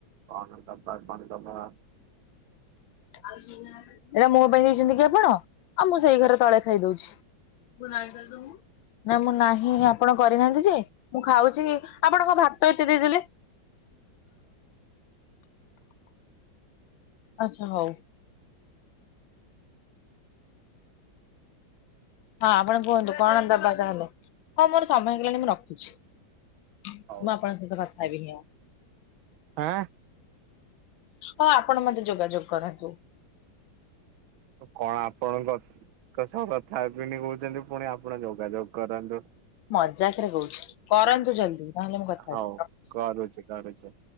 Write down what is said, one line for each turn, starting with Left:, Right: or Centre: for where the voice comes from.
Right: କଣଦବା କଣଦବା
Left: ଏଇଟା ମୋ ପାଇଁ ଦେଇଛନ୍ତି କି ଆପଣ ଆଉ ମୁଁ ସେଇ ଘରେ ତଳେ ଖାଇଦଉଛି। ବୁନାଇଦେଲୁ ନା ମୁଁ ନାହିଁ ଆପଣ କରିନାହାନ୍ତି ଯେ ମୁଁ ଖାଉଛି ଆପଣ କଣ ଭାତ ଏତେ ଦେଇଦେଲେ? ଆଚ୍ଛା ହଉ। ହଁ ଆପଣ କୁହନ୍ତୁ କଣ ଦବା ତାହେଲେ, ହଉ ମୋର ସମୟ ହେଇଗଲାଣି ମୁଁ ରଖୁଛି। ମୁଁ
Right: ହଉ
Left: ଆପଣଙ୍କ ସହିତ କଥା ହେବିନି ଆଉ।
Right: ଆଁ।
Left: ହଁ ଆପଣ ମତେ ଯୋଗାଯୋଗ କରନ୍ତୁ।
Right: କଣ ଆପଣଙ୍କ କ ସହ କଥା ହେବିନି କହୁଛନ୍ତି ପୁଣି ଆପଣ ଯୋଗାଯୋଗ କରନ୍ତୁ।
Left: ମଜାକ ରେ କହୁଛି କରନ୍ତୁ ଜଲ୍ଦି। ନହେଲେ ମୁଁ କଥା
Right: ହଉ
Left: ହେବି।
Right: କରୁଚି କରୁଚି।